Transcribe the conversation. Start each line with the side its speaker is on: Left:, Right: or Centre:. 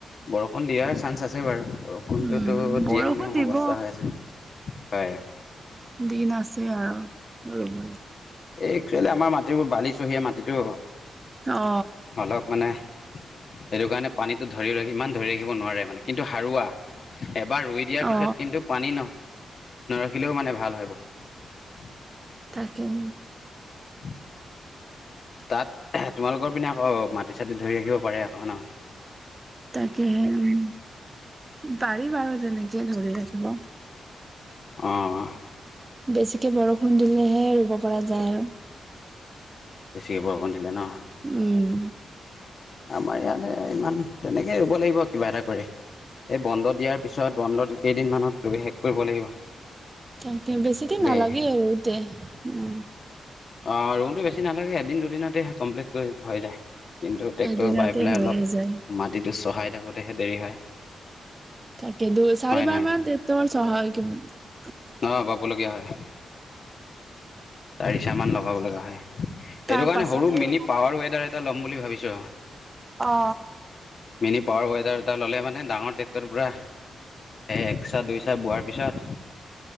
Left: বৰষুণ দিয়াৰ চান্স আছে বাৰু বৰষুণটোতো
Right: উম বৰষুণ
Left: দিয়ো নিদিয়ো
Right: দিব।
Left: অৱস্থা হৈ আছে হয়।
Right: দিন আছে আৰু ৰব।
Left: এই একচুৱেলি আমাৰ মাটিবোৰ বালিচহীয়া মাটিটো
Right: অ
Left: অলপ মানে। সেইটো কাৰণে পানীটো ধৰি ৰাখি ইমান ধৰি ৰাখিব নোৱাৰে মানে কিন্তু সাৰুৱা। এবাৰ ৰুই দিয়াৰ পিছত
Right: অ
Left: কিন্তু পানী ন নৰখিলেও মানে ভাল হয় বহুত।
Right: তাকেহে।
Left: <unintelligible> তাত তোমালোকৰ পিনে আকৌ মাটি চাটি ধৰি ৰাখিব পাৰে আকৌ নহঁ।
Right: তাকেহে উম পাৰি বাৰু তেনেকে ধৰি ৰাখিব।
Left: অহঁ
Right: বেছিকে বৰষুণ দিলেহে ৰুব পৰা যায় আৰু
Left: বেছিকৈ বৰষুণ দিলে নহঁ
Right: উম।
Left: আমাৰ ইয়াত ইমান তেনেকেই ৰুব লাগিব আৰু কিবা এটা কৰি। এই বন্ধ দিয়াৰ পিছত বন্ধ কেইদিনমানত শেষ কৰিব লাগিব।
Right: তাকে বেছিদিন
Left: দেই
Right: নালাগে ৰুতে উম।
Left: অহঁ ৰুটে বেছি নালাগে এদিন দুদিনতে কমপ্লিট কৰি হৈ যায়। কিন্তু ট্ৰেক্টৰ
Right: এদিনতে
Left: বাই পেলাই
Right: হৈয়ে
Left: অলপ
Right: যায়
Left: মাটিটো চহাই থাকোতেহে দেৰি হয়।
Right: তাকে দুই চাৰিবাৰ
Left: হয়
Right: মান টেক্টৰ চহাই কিন্তু।
Left: অহ বাবলগীয়া হয় চাৰিচাহ মান লগাব লগা হয়। এইটো
Right: তাৰ
Left: কাৰণে
Right: পাছতহে
Left: সৰু মিনি
Right: ৰুব
Left: পাৱাৰ
Right: পাৰি
Left: ৱেডাৰ এটা ল'ম বুলি ভাবিছো।
Right: অ
Left: মিনি পাৱাৰ ৱেডাৰ এটা ল'লে মানে। নে ডাঙৰ ট্ৰেক্টৰৰ পৰা এক চাহ দুই চাহ বোৱাৰ পিছত।